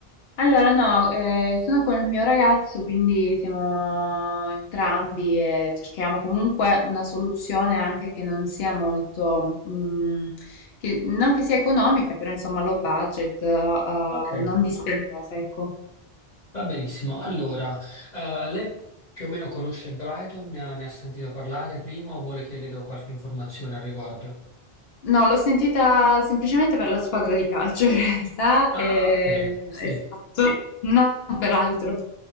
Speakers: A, on the left (about 75°); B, on the left (about 45°).
A: Allora, no, eh, sono col mio ragazzo, quindi siamo entrambi e cerchiamo comunque una soluzione anche che non sia molto, mm, che, non che sia economica, però insomma low budget, eh,
B: Ok.
A: non dispendiosa, ecco.
B: Va benissimo. Allora, eh, lei più o meno conosce Brighton, ne ha, ne ha sentito parlare prima o vuole che le do qualche informazione al riguardo?
A: No, l'ho sentita semplicemente per la squadra di calcio <laughs> in realtà,
B: Ah,
A: e,
B: ok, sì.
A: esatto, non per altro.